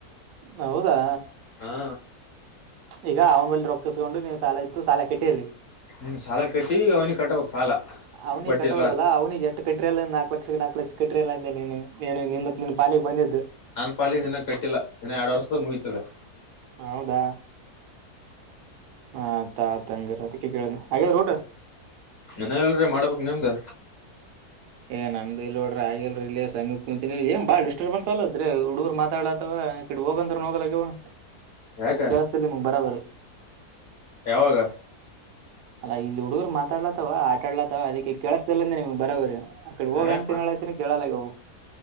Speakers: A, on the right; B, on the left.
A: ಹೌದಾ.
B: ಹಾ
A: ಈಗ ಅವ್ನ ಬಲ್ಲಿ ರೊಕ್ಕಿಸಸ್ಕೊಂಡು ನೀವ್ ಸಾಲ ಇತ್ತು ಸಾಲ ಕಟ್ಟಿರಿ.
B: ಹ್ಮ ಸಾಲ ಕಟ್ಟಿ ಅವ್ನಿಗೆ ಕಟ್ಟಬೇಕ್ ಸಾಲ.
A: ಅವ್ನಿಗೆ
B: ಬಡ್ಡಿ
A: ಕಟ್ಟಬೇಕಲ್ಲ
B: ಇರ್ಲಾರ್ದ
A: ಅವನಿಗೆ ಎಷ್ಟ ಕಟ್ಟರಿ ಅಲ್ಲ ನಾಕ್ ಲಕ್ಷಕ್ಕ ನಾಕ್ ಲಕ್ಷ ಕಟ್ಟಿರಿ ಅಲಾ ಅಂದೆ. ನೀನು ನೀನು ನಿಂದ ನಿನ್ ಪಾಲಿಗೆ ಬಂದಿದ್ದು
B: ನಾನ್ ಪಾಲಿದು ಇನ್ನ ಕಟ್ಟಿಲ್ಲ ಇನ್ನ ಎರಡ್ ವರ್ಷದಾಗ ಮುಗಿತದ.
A: ಹೌದಾ ಆತಾತ್ಂಗರ ಅದಕ್ಕೆ ಕೇಳಿದೆ. ಆಗ್ಯಾದ್ರಿ ಊಟ.
B: ಇನ್ನ ಇಲ್ರಿ ಮಾಡಬೇಕ್ ನಿಮ್ದ.
A: ಏ ನಮ್ದ ಇಲ್ ನೋಡ್ರಿ ಆಗಿಲ್ರಿ ಇಲ್ಲಿ ಸಮಯಿ ಕುಂತಿನಿ ಎನ್ ಬಾಳ್ ಡಿಸ್ಟರ್ಬನ್ಸ ಆಗ್ಲತದ್ರಿ ಹುಡುಗರು ಮಾತಾಡ್ಲತವ ಈ ಕಡೆ. ಹೋಗಂದ್ರ ನೋಗಲವ
B: ಯಾಕ
A: ಏನ್ ಕೆಳಸ್ತಿಲ್ಲ ನಿಮಗ್ ಬರೋಬರಿ.
B: ಯಾವಾಗ.
A: ಅಲ್ಲ ಇಲ್ಲಿ ಹುಡುಗರು ಮಾತಾಡ್ಲತ್ತವ ಆಟ ಆಡ್ಲತ್ತವ ಅದಕ್ಕೆ ಕೆೇಳಸ್ದಲ್ಲಂದೆ ನಿಮ್ಗ್ ಬರೋಬರಿ. ಅಕಡೆ ಹೋಗ
B: ಏ
A: ಅಂತ ಹೇಳಾತಿನಿ ಕೆಳಾಗ್ಯವ ಅವೂ.